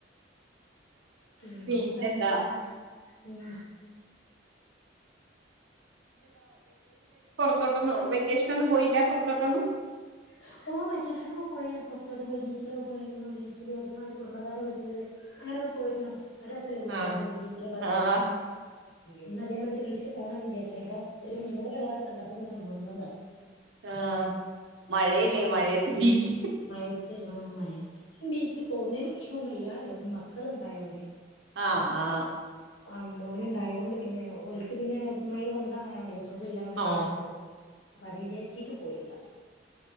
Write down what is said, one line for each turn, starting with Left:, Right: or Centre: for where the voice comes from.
Left: പിന്നെപ്പ
Right: പിന്നെന്താ
Left: എന്തുവാവാ ഉം
Right: പുറത്തോട്ടൊന്നോ വെക്കേഷനൊന്നും പോയില്ല പുറത്തോട്ടൊന്നും
Left: ഉ <unintelligible> ഇപ്പോൊ വെക്കേഷനൊക്കെ പോയി പുറത്തോട്ട് പോയി ബീച്ചിലൊക്കെ പോയിരുന്നു ബീച്ചില് അതേമാതിരി കുടബകാര വീട്ടില് അങ്ങനെ പോയ്ര്ന്നു അത് രെസല്ലേ കുടുംബൊത്ത്
Right: ആഹ്
Left: ബീച്ച്ലൊക്കാണ്ട് പോണെ
Right: ആഹ്
Left: ഇന്ന് അതേമാതിരി ബീച്ചില് പോണംന്ന് വിചാര്ച്നി അപ്പൊ ഒരു മൂടലൊക്കപാടെ കണ്ടപ്പോ പിന്നെ നിന്നതാ
Right: ആഹ് മഴയല്ലേ മഴയത്ത് ബീച്ച്
Left: ഒക്കെ ആ മഴയത്ത് ബീച്ചിൽ പോക്ന്നേന് പ്രശ്നൊന്നുല്ല മക്കള്ണ്ടായോണ്ടേ
Right: ആ ആ
Left: ആ മോന്ണ്ടായോണ്ട് പിന്നെ ഓൽക്ക് പിന്നെ മഴ കൊണ്ടാ അങ്ങനേണല്ലോ സുഖല്ലാണ്ട്
Right: ആഹ്
Left: വേം ആവും അപ്പൊ അത് വിചാര്ച്ചിട്ട് പോയില്ല